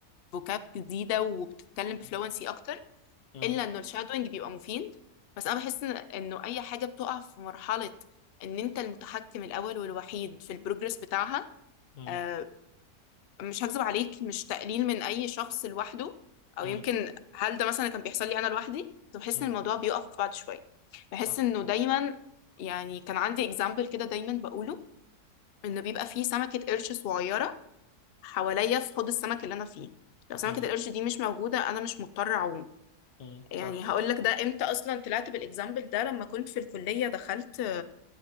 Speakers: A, on the left (about 60°); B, on the left (about 85°).
A: فوكاب جديدة وبتتكلم بفلونسي
B: مم.
A: اكتر
B: مم.
A: الا انه الشادوينج بيبقى مفيد بس انا بحس إن- انه اي حاجه بتقع في مرحله ان انت المتحكم الاول والوحيد في البروجرس بتاعها
B: مم.
A: آه، مش هكذب عليك مش تقليل من اي شخص لوحده او
B: مم.
A: يمكن هل ده مثلا كان بيحصل لي انا لوحدي كنت بحس
B: مم.
A: ان الموضوع بيقف بعد شويه بحس
B: صح
A: انه
B: صح
A: دايما يعني كان عندي اكزامبل كده دايما بقوله انه بيبقى فيه سمكه قرش صغيره حواليا في حوض السمك اللي انا فيه لو سمكه
B: مم.
A: القرش دي مش موجوده انا مش مضطر اعوم
B: مم.
A: يعني
B: صح
A: هقول لك ده امتى اصلا طلعت بالاكزامبل ده لما كنت في الكليه دخلت